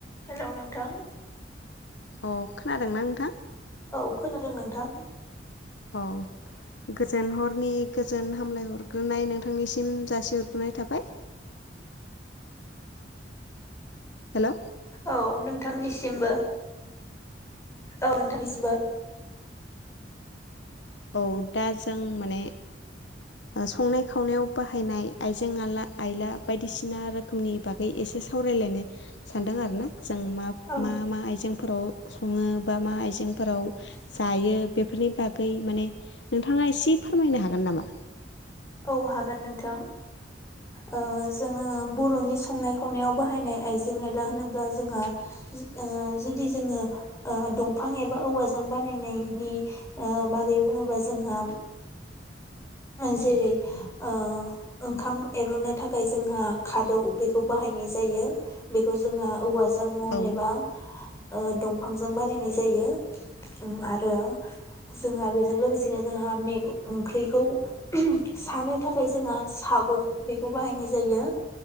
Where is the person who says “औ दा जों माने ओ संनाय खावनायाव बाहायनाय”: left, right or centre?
Left